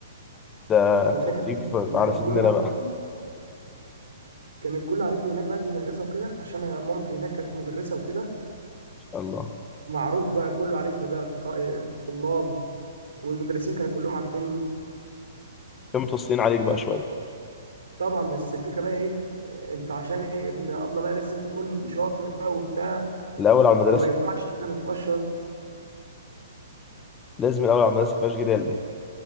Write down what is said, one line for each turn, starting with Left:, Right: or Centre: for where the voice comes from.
Left: ده
Right: والفكره
Left: انت غريب
Right: بقى ان
Left: في-
Right: إن
Left: على
Right: كان
Left: سننا
Right: كله عارفني
Left: بقى ان
Right: كان الكل عارفني هناك بقى في المدرسه وكده عشان أنا مامتي هناك كانت مدرسه وكده
Left: شاء الله
Right: معروف بقى كله عارفني بقى ط- طلاب والمدرسين كانوا كلهم عارفيني
Left: كانوا متوصيين عليك بقى شويه
Right: طبعا بس الفكره بقى ايه انت عشان ايه ابن ابله بقى لازم تكون شاطر بقى وبتاع
Left: الاول على المدرسه
Right: وما ينفعش بقى ما تبقاش شاطر
Left: لازم الاول على المدرسه مفيهاش جدال ده